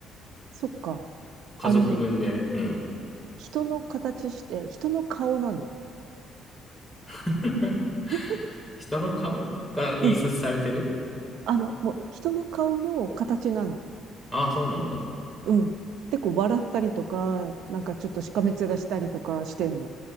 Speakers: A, on the right; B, in the centre.
A: そっか。
B: 家族分で。
A: あのね、
B: うん。
A: 人の形して、人の顔なの。
B: <laughs>
A: <laughs>
B: 人の顔が印刷されてる
A: うん。あの、もう人の顔の形なの。
B: ああ、そうなんだ。
A: うん。で、こう笑ったりとか、なんかちょっとしかめ面したりとかしてんの。